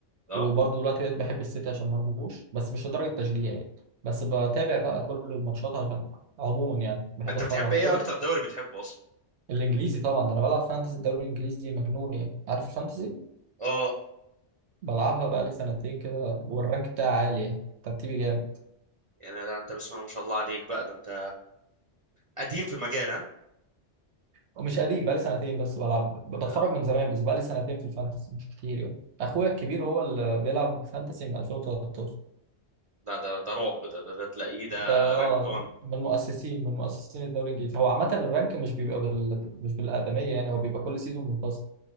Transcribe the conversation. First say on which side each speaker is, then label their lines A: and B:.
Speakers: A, on the right; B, on the right.
A: اه
B: وبرضه دلوقتي بقيت بحب السيتي عشان مرموش بس مش لدرجه تشجيع يعني بس بتابع بقى كل الماتشات عشان عموما يعني بحب
A: انت
B: اتفرج
A: بتحب
B: على الكوره
A: ايه اكتر دوري بتحبه اصلا
B: الانجليزي طبعا ده انا بلعب فانتسي الدوري الانجليزي مجنون يعني عارف الفانتسي
A: اه
B: بلعبها بقالي سنتين كده والرانك بتاعي عالي يعني ترتيبي جامد
A: يعني ده انت بسم الله ما شاء الله عليك بقى ده انت قديم في المجال ها
B: ومش قديم بقالي سنتين بس بلعب ب- بتفرج
A: لا
B: من زمان بس بقالي سنتين في الفانتسي مش كتير يعني اخويا الكبير هو اللي بيلعب فانتسي من 2013
A: ده ده ده رعب ده ده, ده تلاقيه
B: ده
A: ده
B: اه
A: رانك 1
B: من مؤسسين من مؤسسين الدوري الانجليزي هو عامه الرانك مش بيبقى بال... مش بالادميه يعني هو بيبقى كل سيزون منفصل